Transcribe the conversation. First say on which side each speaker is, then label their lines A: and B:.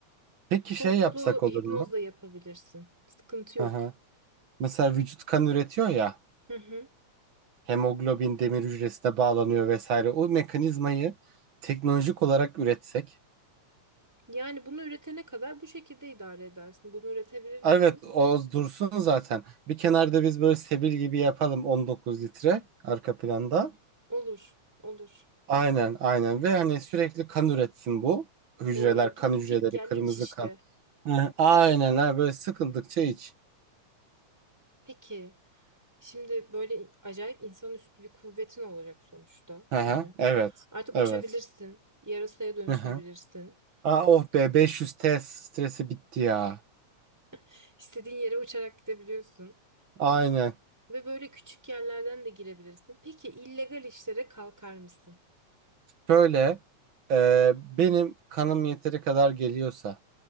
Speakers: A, on the right; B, in the centre.
A: Peki
B: Toplu
A: şey yapsak
B: hipnozla
A: olur mu?
B: yapabilirsin. Sıkıntı yok.
A: Hı hı. Mesela vücut kan üretiyor ya,
B: Hı hı.
A: hemoglobin demir hücresine bağlanıyor vesaire. O mekanizmayı teknolojik olarak üretsek.
B: Yani bunu üretene kadar bu şekilde idare edersin. Bunu üretebilir misin?
A: Ah, Evet, o dursun zaten. Bir kenarda biz böyle sebil gibi yapalım 19 litre arka planda.
B: Olur, olur.
A: Aynen, aynen. Ve hani sürekli kan üretsin bu hücreler,
B: Doğru. Git
A: kan hücreleri,
B: git gel
A: kırmızı
B: iç işte.
A: kan. Hı hı. Aynen ha böyle sıkıldıkça iç.
B: Peki. Şimdi böyle acayip insanüstü bir kuvvetin olacak sonuçta.
A: Hı
B: Hani
A: hı. Evet,
B: artık
A: evet.
B: uçabilirsin, yarasaya dönüşebilirsin.
A: Hı hı. Aa, oh be 500 test stresi bitti ya.
B: <laughs> İstediğin yere uçarak gidebiliyorsun
A: Aynen.
B: ve böyle küçük yerlerden de girebilirsin. Peki illegal işlere kalkar mısın?
A: Şöyle e, benim kanım yeteri kadar geliyorsa